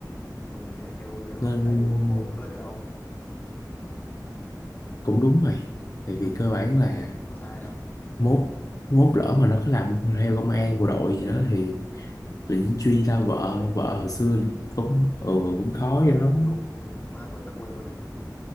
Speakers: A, on the left; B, on the left.
A: xong rồi nhà kêu giờ không
B: nên
A: chia tay mốt có hôm cưới được đâu
B: cũng đúng mày tại
A: đúng
B: vì cơ
A: mà
B: bản là
A: có sai đâu
B: mốt mốt lỡ mà nó có làm theo công an bộ đội gì đó thì bị truy ra vợ
A: đúng rồi đúng
B: vợ
A: rồi
B: hồi xưa cũng ừ, cũng khó
A: ừ
B: cho nó
A: cũng đúng cũng đúng má bữa ta quên luôn đấy